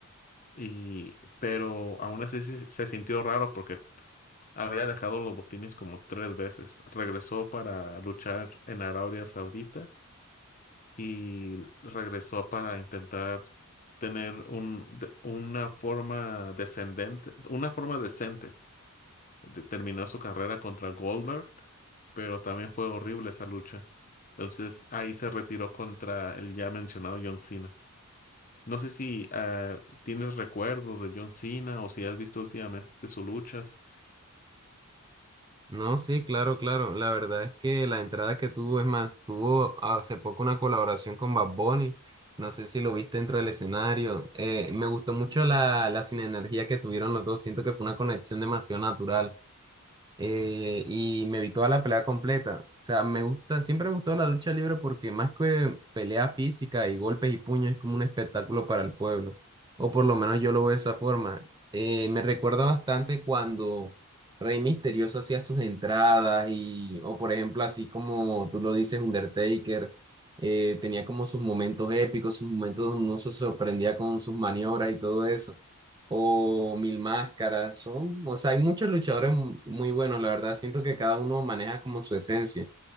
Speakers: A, on the left; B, on the right.
A: Y, pero aún así se, se sintió raro porque había dejado los botines como tres veces. Regresó para luchar en Arabia Saudita y regresó para intentar tener un, de- una forma descendente, una forma decente. de- terminó su carrera contra Goldberg pero también fue horrible esa lucha. Entonces ahí se retiró contra el ya mencionado John Cena. No sé si ah, tienes recuerdos de John Cena o si has visto últimamente sus luchas.
B: No, sí, claro, claro. La verdad es que la entrada que tuvo, es más, tuvo hace poco una colaboración con Bad Bunny. No sé si lo viste dentro del escenario. Eh, me gustó mucho la, la sinergia que tuvieron los dos. Siento que fue una conexión demasiado natural. eh, y me vi toda la pelea completa. O sea, me gusta, siempre me gustó la lucha libre porque más que pelea física y golpes y puños es como un espectáculo para el pueblo, o por lo menos yo lo veo de esa forma. Eh, me recuerda bastante cuando Rey Misterioso hacía sus entradas y, o por ejemplo, así como tú lo dices, Undertaker. eh, tenía como sus momentos épicos, sus momentos donde uno se sorprendía con sus maniobras y todo eso o Mil Máscaras, son, o sea, hay muchos luchadores mu- muy buenos, la verdad, siento que cada uno maneja como su esencia.